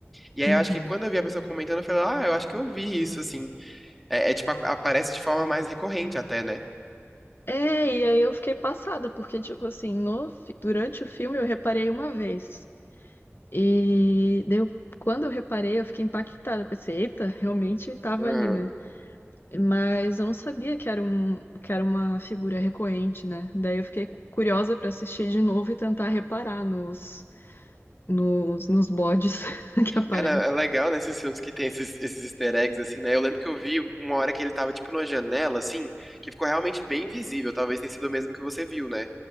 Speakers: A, in the centre; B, on the left.
A: E aí
B: Uhum.
A: eu acho que quando eu vi a pessoa comentando, eu falei, ah, eu acho que eu vi isso, assim. É, é, tipo, a- aparece de forma mais recorrente até, né?
B: É, e aí eu fiquei passada, porque, tipo assim, no, fi- durante o filme eu reparei uma vez. E deu, quando eu reparei, eu fiquei impactada. Eu Pensei, eita, realmente tava
A: Uhum.
B: ali, né? Mas eu não sabia que era um, que era uma figura recorrente, né? Daí eu fiquei curiosa para assistir de novo e tentar reparar nos, nos, nos bodes <laughs> que aparecem.
A: É, não, é legal nesses filmes que tem esses, esses easter eggs, assim, né? Eu lembro que eu vi uma hora que ele tava, tipo, numa janela, assim, que ficou realmente bem visível. Talvez tenha sido o mesmo que você viu, né?